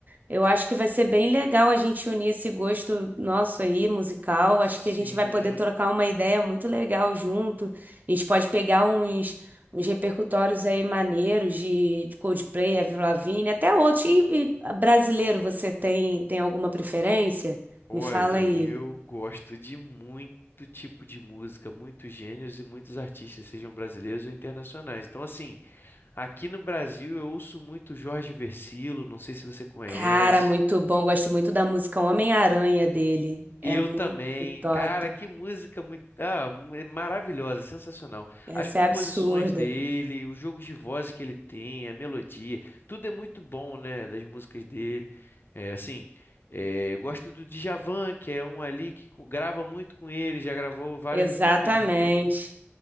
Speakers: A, on the right; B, on the left.
A: Eu acho que vai ser bem legal a gente unir esse gosto nosso aí, musical.
B: Sim.
A: Acho que a gente vai poder trocar uma ideia muito legal junto. A gente pode pegar uns uns repercutórios aí maneiros de, de Coldplay, Avril Lavigne, até outros. E, e brasileiro, você tem, tem alguma preferência?
B: Olha,
A: Me fala aí.
B: eu gosto de muito tipo de música, muitos gêneros e muitos artistas, sejam brasileiros ou internacionais. Então, assim, aqui no Brasil eu ouço muito Jorge Vercillo, não sei se você conhece,
A: Cara, muito bom. Gosto muito da música Homem-Aranha dele. É
B: Eu
A: muito
B: também.
A: top.
B: Cara, que música muito, ah, mu- é maravilhosa, sensacional.
A: Essa
B: As composições
A: é absurda.
B: dele, os jogos de voz que ele tem, a melodia, tudo é muito bom, né, das músicas dele. É, assim, é, eu gosto do Djavan, que é um ali que co- grava muito com ele, já gravou várias
A: Exatamente.
B: músicas junto,